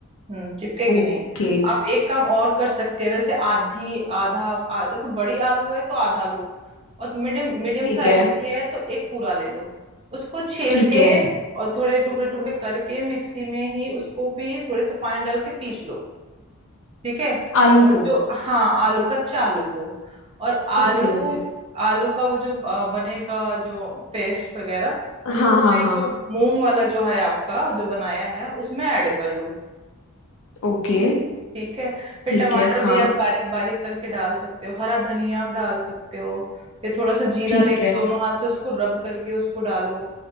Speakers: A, on the right (about 25°); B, on the left (about 60°).
A: हम्म चिपकेगी
B: ओके
A: नहीं आप एक काम और कर सकते हैं जैसे आधी आधा आ- देखो बड़ी आलू है तो आधा लो और मीडियम मीडियम
B: ठीक
A: साइज
B: है
A: की है तो एक पूरा ले लो उसको छील
B: ठीक
A: के
B: है
A: और थोड़े टुकड़े टुकड़े करके मिक्सी में ही उसको भी थोड़े से पानी डाल के पीस लो ठीक है
B: आलू
A: और
B: को
A: जो हाँ आलू कच्चा आलू को और आलू
B: Okay okay
A: आलू का वो जो अ, बनेगा जो पेस्ट वगैरह उसको
B: हाँ हाँ
A: भी
B: हाँ
A: जो मूंग वाला जो है आपका जो बनाया है उसमें ऐड कर लो
B: ओके
A: ठीक है फिर
B: ठीक
A: टमाटर
B: है हाँ
A: भी आप बारीक बारीक करके डाल सकते हो हरा धनिया आप डाल सकते हो फिर थोड़ा सा जीरा
B: ठीक
A: लेके
B: है
A: दोनों हाथ से उसको रब करके उसको डालो